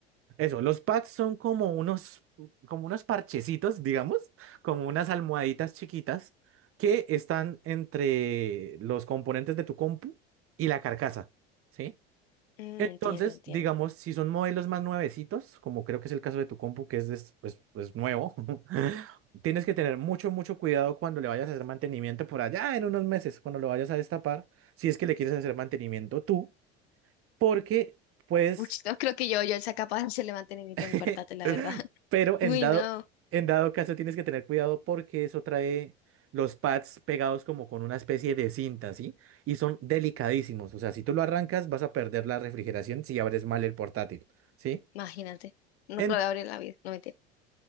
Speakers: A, on the right; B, on the left.
A: eso. Los pads son como unos, como unos parchecitos, digamos, como unas almohaditas chiquitas que están entre los componentes de tu compu y la carcasa, ¿sí?
B: mm,
A: Entonces,
B: entiendo, entiendo.
A: digamos, si son modelos más nuevecitos, como creo que es el caso de tu compu, que es, des- pues, pues nuevo, <laughs> tienes que tener mucho, mucho cuidado cuando le vayas a hacer mantenimiento por allá en unos meses, cuando lo vayas a destapar, si es que le quieres hacer mantenimiento tú, porque pues,
B: Uy, no creo que yo, yo sea capaz de hacerle mantenimiento
A: <laughs>
B: a mi portátil, la verdad. <laughs>
A: pero en
B: Uy,
A: dado,
B: no,
A: en dado caso tienes que tener cuidado porque eso trae los pads pegados como con una especie de cinta, ¿sí? Y son delicadísimos, o sea, si tú lo arrancas vas a perder la refrigeración si abres mal el portátil, ¿sí?
B: imagínate, no
A: En-
B: creo que abrir la vida, no me